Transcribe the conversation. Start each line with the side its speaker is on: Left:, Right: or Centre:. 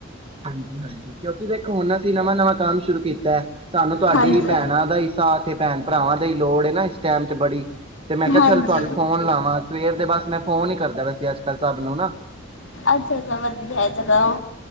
Right: ਹਾਂਜੀ -ਹਾਂਜੀ ਕਿਉਂਕਿ ਦੇਖ ਹੁਣ ਅਸੀਂ ਨਵਾਂ- ਨਵਾਂ ਕੰਮ ਸ਼ੁਰੂ ਕੀਤਾ ਸਾਨੂੰ ਤੁਹਾਡੀ
Left: ਹਾਂਜੀ
Right: ਭੈਣਾਂ ਦਾ ਹੀ ਸਾਥ ਭੈਣ ਭਰਾਵਾਂ ਦਾ ਹੀ ਲੋੜ ਹੈਨਾ। ਸਹਿਮਤ ਬੜੀ ਤੇ ਮੈਂ ਕਿਹਾ
Left: ਹਾਂਜੀ
Right: ਚੱਲ ਤੁਹਾਨੂੰ ਫੋਨ ਲਾਵਾਂ ਸਵੇਰ ਦੇ ਬਸ ਮੈਂ ਫੋਨ ਹੀ ਕਰਦਾ ਵੈਸੇ ਅੱਜ ਕੱਲ ਸਭ ਨੂੰ ਨਾ
Left: ਅੱਛਾ ਅੱਛਾ ਵਧੀਆ ਜਗ੍ਹਾ